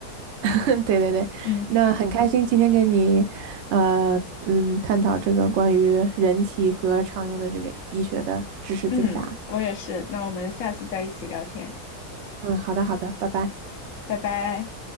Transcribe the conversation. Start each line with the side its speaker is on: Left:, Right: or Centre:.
Right: <laughs> 对对对，
Left: 嗯
Right: 那很开心今天跟你，呃，嗯，探讨这个关于人体和常用的这个医学的知识竞答。
Left: 嗯，我也是。那我们下次再一起聊天，
Right: 嗯，好的好的，拜拜。
Left: 拜拜。